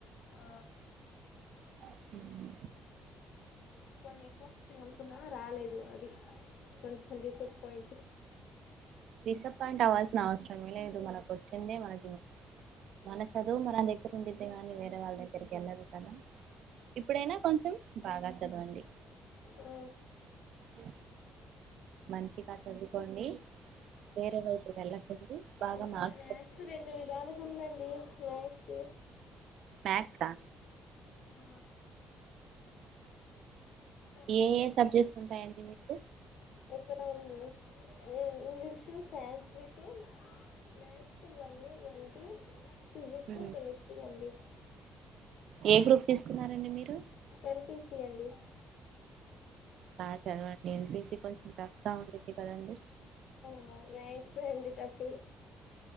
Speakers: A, on the left (about 75°); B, on the right (about 75°).
A: ఆ
B: హ్మ్
A: కొన్ని ఎక్కువోస్తయ్ అనుకున్నార రాలేదు అది కొంచెం డిసప్పాయింట్
B: డిసప్పయింట్ అవ్వాల్సిన అవసరమే లేదు మనకొచ్చిందే మనకు మనస్ చదువు మన దగ్గర ఉండిద్దె గానీ వేరే వాళ్ దగ్గరికి ఎల్లదు కదా ఇప్పుడైనా కొంచెం బాగా చదవండి
A: ఆ
B: ఉ మంచిగా చదువుకోండి వేరే వైపు వెళ్ళకండి బాగా
A: ఇక్కడ
B: మార్
A: మ్యాథ్స్ రెండు విధాలుగుందండి మ్యాథ్స్
B: మ్యాక్సా
A: ఆ ఒకే
B: ఏ ఏ సబ్జెక్ట్స్ ఉంటాయండి మీకు
A: ఎక్కడ అండి ఉమ్ English Sanskrit maths one A one B physics,
B: um.
A: Chemistry అండి
B: ఏ గ్రూప్ తీసుకున్నారండి మీరు
A: ఎం పి సి అండి
B: బా చదవండి ఎం పి సి కొంచెం కష్టంగ ఉండిద్ది కదండి
A: ఆమాక్స్ ఏ అండి టఫ్